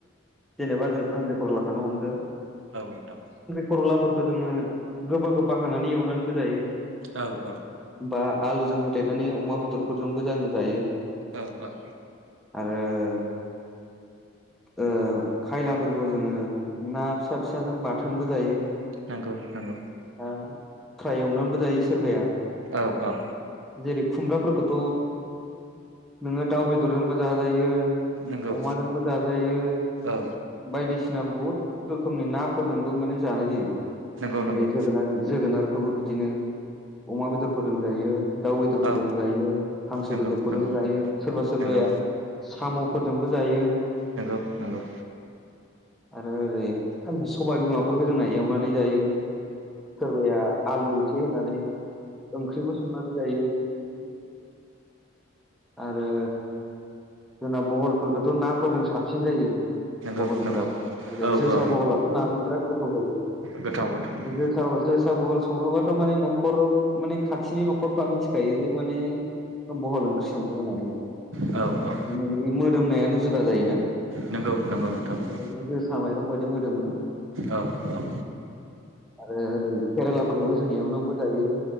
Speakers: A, in the centre; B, on the right (about 80°).
A: जेनेबा जों खांख्रिखरलाखौनो हमदो
B: औ नोंथां
A: खरलाफोरखौ जोङो गोबा गोबा हानानै एवनानैबो जायो
B: औ औ
A: बा आलुजों होदेरनानै अमा बेदरफोरजोंबो जां जायो
B: औ औ
A: आरो ओ खायलाफोरखौ जोङो ना फिसा फिसाजों बाथोनबो जायो
B: नंगौ नंगौ
A: दा फ्राय एवनानैबो जायो सोरबाया
B: औ औ
A: जेरै खुमब्राफोरखौथ' नोङो दाउ बेदरजोंबो जाजायो
B: नंगौ
A: अमाजोंबो जाजायो
B: औ
A: बायदिसि सिना बहुत रोखोमनि नाफोरजोंबो माने जानाय जायो
B: नंगौ नंगौ
A: ओरै जोगोनार जोगोनारखौबो बिदिनो अमा बेदरफोरजोंजायो दाउ बेदरफोरजों
B: औ
A: जायो हांसो
B: नंगौ
A: बेदरफोरजों
B: नंगौ
A: जायो सोरबा सोरबाया
B: नंगौ नंगौ
A: साम' फोरजोंबो जायो
B: नंगौ नंगौ
A: आरो ओरै सबाय बिमाफोरखौ जोंना एवनानै जायो सोरबाया आलु एसे होनानै ओंख्रिबो संनानै जायो आरो जोंना बहलफोरखौथ' नाफोरजों साबसिन जायो
B: नंगौ
A: बहलफ्रा
B: नंगौ
A: जेरै
B: औ
A: जोसा
B: औ
A: बहलाथ' नाजों बिराद गोथाव जायो
B: गोथाव गोथाव
A: जोसा जोसाबहल सङोबा थ' माने न'खर माने खाथिनि न'खरफ्रा मिथिखायो जे माने बहल ओंख्रि संदों होननानैहाय
B: औ औ
A: माने बिनि मोदोमनायानो जुदा जायोना
B: नंगौ नंगौ नोंथां नंगौ
A: जेने माने जोसा माइरं बायदि मोदोमो
B: औ औ
A: आरो ओरै केरेलाफोरखौबो जों एवनानैबो जायो